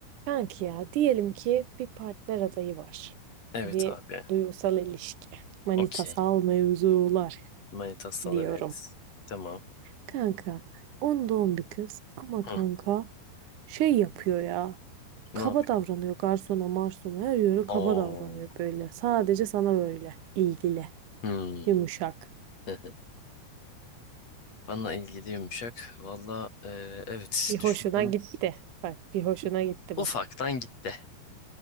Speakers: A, on the right; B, on the left.
A: Kanki ya diyelim ki bir partner adayı var.
B: Evet
A: Bir
B: abi.
A: duygusal ilişki. Manitasal
B: Okey.
A: mevzular
B: Manitasal
A: diyorum.
B: evet. Tamam.
A: Kanka on doğum bir kız ama
B: Hı,
A: kanka şey yapıyor ya.
B: ne
A: Kaba
B: yapıyor?
A: davranıyor garsona marsona her yere kaba
B: Oo.
A: davranıyor böyle. Sadece sana böyle ilgili
B: Hmm.
A: yumuşak.
B: <laughs> Bana ilgili yumuşak. Valla e, evet
A: Bir hoşuna
B: düşündüm.
A: gitti. Bak bir hoşuna gitti
B: Ufaktan
A: bak.
B: gitti.